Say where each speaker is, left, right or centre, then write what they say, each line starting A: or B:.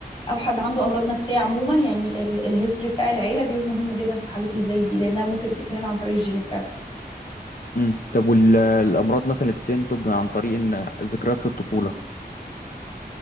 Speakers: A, on the left (about 30°); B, on the left (about 55°).
A: أو حد عنده أمراض نفسية عموما يعني ال- الهيستوري بتاع العيلة بيبقى مهم جدا في الحالات اللي زي دي لأنها ممكن تتنقل عن طريق الجينات فعلا
B: مم. طب والامراض مثلا اللي بتنتج عن طريق ان ذكريات في الطفوله